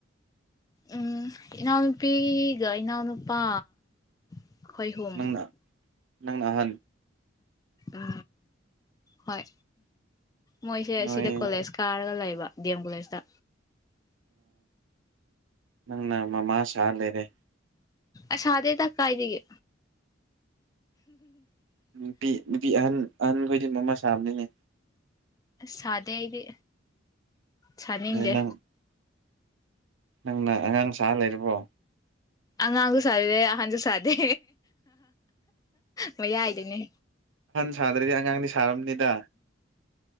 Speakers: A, on the left; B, on the right.
A: ꯎꯝ ꯏꯅꯥꯎꯅꯨꯄꯤꯒ ꯏꯅꯥꯎꯅꯨꯄꯥ ꯑꯩꯈꯣꯏ ꯑꯍꯨꯝ
B: ꯅꯪꯅ ꯅꯪꯅꯍꯜ
A: ꯑ ꯍꯣꯏ ꯃꯣꯏꯁꯦ
B: ꯅꯣꯏ
A: ꯁꯤꯗ ꯀꯂꯦꯖ ꯀꯥꯔꯒ ꯂ ꯂꯩ ꯗꯦꯝꯕꯨꯂꯦꯁꯗ
B: ꯅꯪꯅ ꯃꯃꯥ ꯁꯥ ꯂꯩꯔꯦ
A: ꯑꯁꯗꯦꯗ ꯀꯥꯏꯗꯒ
B: ꯅꯨꯄꯤ ꯅꯨꯄꯤ ꯑꯍꯟ ꯑꯍꯟꯈꯣꯏꯗꯤ ꯃꯃꯥ ꯁꯥꯕꯅꯤꯅꯦ
A: ꯁꯥꯗꯦ ꯑꯩꯗꯤ ꯁꯥꯅꯤꯡꯗꯦ
B: ꯅꯪ ꯅꯪꯅ ꯑꯉꯥꯡ ꯁꯥ ꯂꯩꯔꯕꯣ
A: ꯑꯉꯥꯡꯁꯨ ꯁꯥꯗꯗꯦ ꯑꯍꯟꯁꯨ ꯁꯥꯗꯦ ꯃ ꯌꯥꯏꯗꯅꯦ
B: ꯆꯥꯗꯔꯤ ꯑꯉꯥꯡꯗꯤ ꯁꯥꯔꯕꯝꯔꯕꯅꯤꯗ